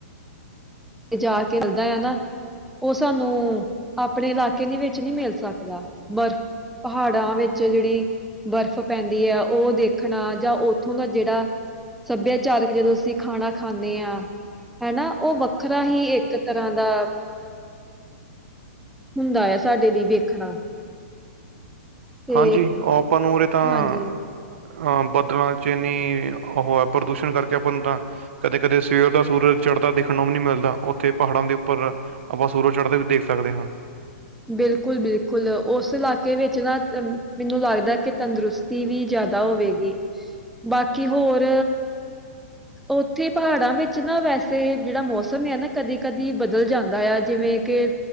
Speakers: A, in the centre; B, on the right (about 60°).
A: ਤੇ ਜਾ ਕੇ ਮਿਲਦਾ ਐ ਨਾ ਉਹ ਸਾਨੂੰ, ਆਪਣੇ ਇਲਾਕੇ ਦੇ ਵਿੱਚ ਨਹੀ ਮਿਲ ਸਕਦਾ, ਬਰਫ਼ ਪਹਾੜਾਂ ਵਿੱਚ ਜਿਹੜੀ ਬਰਫ਼ ਪੈਂਦੀ ਐ ਉਹ ਦੇਖਣਾ ਜਾਂ ਉੱਥੋਂ ਦਾ ਜਿਹੜਾ ਸੱਭਿਆਚਾਰਕ ਜਦੋਂ ਅਸੀਂ ਖਾਣਾ ਖਾਣੇ ਆ ਹੈ ਨਾ ਉਹ ਵੱਖਰਾ ਹੀ ਇੱਕ ਤਰ੍ਹਾਂ ਦਾ ਹੁੰਦਾ ਆ ਸਾਡੇ ਲਈ ਵੇਖਣਾ। ਤੇ
B: ਹਾਂਜੀ, ਉਹ ਆਪਾਂ ਨੂੰ ਉਰੇ ਤਾਂ,
A: ਹਾਂਜੀ
B: ਅ ਬਦਲਾਂ 'ਚ' ਇੰਨੀ ਉਹ ਆ ਪ੍ਰਦੂਸ਼ਣ ਕਰਕੇ ਆਪਾਂ ਨੂੰ ਤਾਂ ਕਦੇ-ਕਦੇ ਸਵੇਰ ਦਾ ਸੂਰਜ ਚੜ੍ਹਦਾ ਦੇਖਣ ਨੂੰ ਵੀ ਨਹੀਂ ਮਿਲਦਾ। ਉੱਥੇ ਪਹਾੜਾਂ ਦੇ ਉੱਪਰ ਆਪਾਂ ਸੂਰਜ ਚੜ੍ਹਦਾ ਵੀ ਦੇਖ ਸਕਦੇ ਹਾਂ।
A: ਬਿਲਕੁਲ-ਬਿਲਕੁਲ ਉਸ ਇਲਾਕੇ ਵਿੱਚ ਨਾ ਅ ਮੈਨੂੰ ਲੱਗਦਾ ਕਿ ਤੰਦਰੁਸਤ ਟੀ ਵੀ ਜ਼ਿਆਦਾ ਹੋਵੇਗੀ, ਬਾਕੀ ਹੋਰ ਉੱਥੇ ਪਹਾੜਾਂ ਵਿੱਚ ਨਾ ਵੈਸੇ ਜਿਹੜਾ ਮੌਸਮ ਆ ਨਾ ਕਦੀ ਕਦੀ ਬਦਲ ਜਾਂਦਾ ਆ ਜਿਵੇਂ ਕਿ